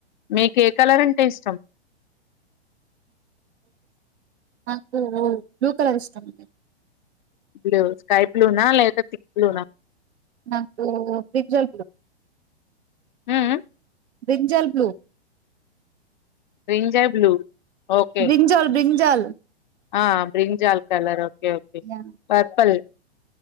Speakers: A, on the left; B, on the right.
A: మీకు ఏ కలర్ అంటే ఇష్టం
B: నాకు బ్లూ కలర్ ఇష్ట అండి
A: బ్లూ స్కా బ్లూ న లేపోతే థిక్ బ్లూ న
B: నాకు బ్రింజల్ బ్లూ
A: హ్మ్మ్ హ్మ్
B: brinjal blue
A: brinjal blue okay
B: brinjal బ్రిన్జ్ Jal
A: ఆ brinjal colour
B: yeah
A: purple